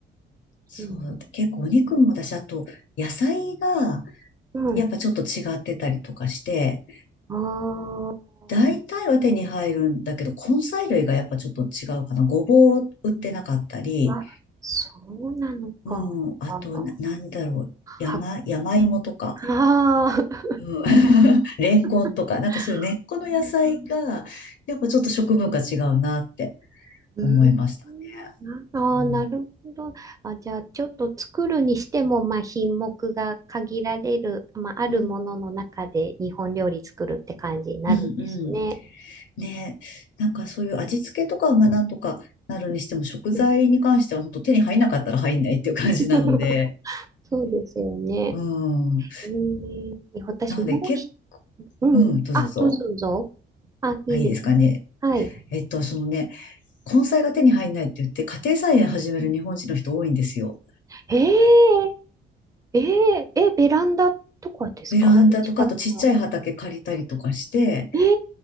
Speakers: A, on the left; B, on the right.
A: そう。
B: そうなんです。
A: 結構お肉もだし、あと、野菜が、
B: う
A: やっぱちょっと違ってたりとかして、
B: ん。あ
A: 大体は手に入るんだけど、根菜類がやっぱちょっと違うかな。ごぼう売ってなかったり、
B: あ、あ、そうなのか。
A: うん。あと、
B: ああ、
A: な、なんだろう。
B: は、
A: 山、
B: <laughs>
A: 山芋とか。
B: ああ。
A: うん。レンコンとか、
B: <laughs>
A: なんかそういう根っこの野菜が、
B: うん
A: やっぱちょっと食文化違うなって
B: うん。
A: 思いました。
B: なああ、
A: うん。
B: なるほど。あ、じゃあ、ちょっと作るにしても、まあ、品目が限られる、まあ、あるものの中で日本料理作るって感じになるんですね。
A: うん、うん、うんねえ。なんかそういう味付けとかはなんとかなるにしても、食材に関しては本当手に入んなかったら入んないっていう感じなので、
B: うん <laughs> そうですよね。
A: うん。
B: えー、私もうひ、
A: なので、け、
B: うん。
A: うん、どうぞどうぞ。
B: あ、どうぞどうぞ。あ、いいです。
A: あ、いいですかね。
B: はい。
A: えっと、そのね、根菜が手に入んないって言って、家庭菜園始める日本人の人多いんですよ。
B: うんえー、えー、え、ベランダとかですか自宅の。
A: ベランダとか、あとちっちゃい畑借りたりとかして、
B: えー、